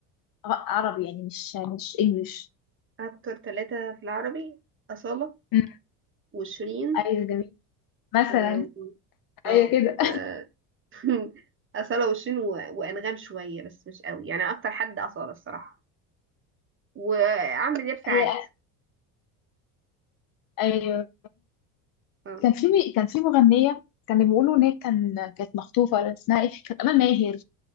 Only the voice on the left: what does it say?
عربي يعني مش مش انجليش
مم.
ايوه جميل مثلا
ايوه كده
<laughs>
هي ايوه
كان في كان في مغنيه كانوا بيقولوا ان هي كان كانت مخطوفه اسمها ايه كانت امال ماهر